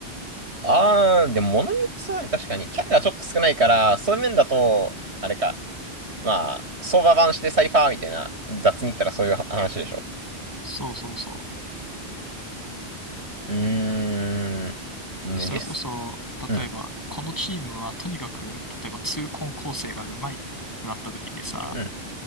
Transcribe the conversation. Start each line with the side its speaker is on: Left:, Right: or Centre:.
Right: あー、でも物によりそうだね。確かに。キャラがちょっと少ないから、そういう面だと、あれか。まあ、相場版してサイファーみたいな、雑に言ったらそういう話でしょ。
Left: そうそうそ
Right: うーん。ね、
Left: う。それこそ、
Right: 実、うん、
Left: 例えば、このチームはとにかく、例えば、痛恨構成がうまいってなった時にさ、
Right: うん。